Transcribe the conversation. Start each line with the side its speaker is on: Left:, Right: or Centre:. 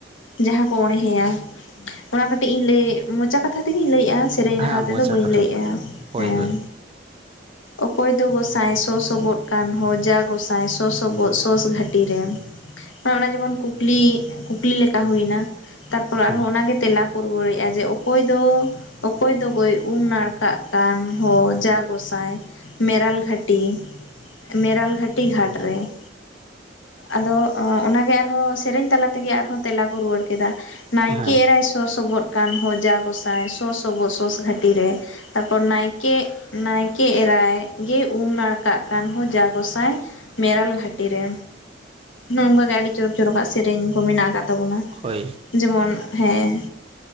Left: ᱡᱟᱦᱟᱸ ᱠᱚ ᱚᱬᱦᱮᱭᱟ, ᱚᱱᱟ ᱠᱟᱹᱴᱤᱡ ᱤᱧ ᱞᱟᱹᱭ ᱢᱚᱪᱟ ᱠᱟᱛᱷᱟ ᱛᱮᱜᱤᱧ ᱞᱟᱹᱭᱮᱫᱼᱟ ᱾ ᱥᱮᱨᱮᱧ
Right: ᱦᱮᱸ
Left: ᱨᱟᱦᱟ ᱛᱮᱫᱚ
Right: ᱢᱚᱪᱟ
Left: ᱵᱟᱹᱧ
Right: ᱠᱟᱛᱷᱟ
Left: ᱞᱟᱹᱭᱮᱜᱼᱟ
Right: ᱦᱳᱭ
Left: ᱦᱮᱸ,
Right: ᱦᱳᱭ
Left: ᱚᱠᱚᱭ ᱫᱚ ᱜᱚᱸᱥᱟᱭ ᱥᱚᱥᱚᱵᱚᱜ ᱠᱟᱱ ᱦᱚᱸ ᱡᱟ ᱜᱚᱸᱥᱟᱭ ᱥᱚᱥᱚᱵᱚᱜ ᱥᱚᱥ ᱜᱷᱟᱹᱴᱤ ᱨᱮ ᱾ ᱚᱱᱟ ᱡᱮᱢᱚᱱ ᱠᱩᱠᱞᱤ, ᱠᱩᱠᱞᱤ ᱞᱮᱠᱟ ᱦᱩᱭᱱᱟ ᱛᱟᱨᱯᱚᱨ
Right: ᱦᱮᱸ
Left: ᱟᱨᱦᱚᱸ ᱚᱱᱟᱜᱮ ᱛᱮᱞᱟ ᱠᱚ ᱨᱩᱣᱟᱹᱲᱮᱜᱼᱟ ᱡᱮ ᱚᱠᱚᱭ ᱫᱚ ᱚᱠᱚᱭ ᱫᱚ ᱜᱚᱹᱭ ᱩᱢ ᱱᱟᱲᱠᱟᱜ ᱠᱟᱱ ᱦᱚᱸ ᱡᱟ ᱜᱚᱸᱥᱟᱭ ᱢᱮᱨᱟᱞ ᱜᱷᱟᱴᱤ, ᱢᱮᱨᱟᱞ ᱜᱷᱟᱴᱤ ᱜᱷᱟᱴ ᱨᱮ ᱾ ᱟᱫᱚ ᱚᱱᱟᱜᱮ ᱟᱨᱦᱚᱸ ᱥᱮᱨᱮᱧ ᱛᱟᱞᱟ ᱛᱮᱜᱮ ᱟᱨᱦᱚᱸ ᱛᱮᱞᱟ ᱠᱚ ᱨᱩᱣᱟᱹᱲ ᱠᱮᱫᱟ ᱾ ᱱᱟᱭᱠᱮ
Right: ᱦᱮᱸ
Left: ᱮᱨᱟᱭ ᱥᱚ-ᱥᱚᱵᱚᱫ ᱠᱟᱱ ᱦᱚ ᱡᱟ ᱜᱚᱸᱥᱟᱭ ᱥᱚᱥᱚᱵᱚᱜ ᱥᱚᱥ ᱜᱷᱟᱹᱴᱤ ᱨᱮ ᱾ ᱛᱟᱨ ᱯᱚᱨ ᱱᱟᱭᱠᱮ ᱱᱟᱭᱠᱮ ᱮᱨᱟᱭ ᱜᱮ ᱩᱢ ᱱᱟᱲᱠᱟᱜ ᱠᱟᱱ ᱦᱚ ᱡᱟ ᱜᱚᱸᱥᱟᱭ ᱢᱮᱨᱟᱞ ᱜᱷᱟᱴᱤ ᱨᱮ, ᱱᱚᱝᱠᱟ ᱜᱮ ᱟᱹᱰᱤ ᱪᱚᱨᱚᱠ ᱪᱚᱨᱚᱠᱟᱜ ᱥᱮᱨᱮᱧ ᱠᱚ ᱢᱮᱱᱟᱜ ᱟᱠᱟᱫ ᱾ ᱛᱟᱵᱚᱱᱟ
Right: ᱦᱳᱭ
Left: ᱡᱮᱢᱚᱱ ᱦᱮᱸ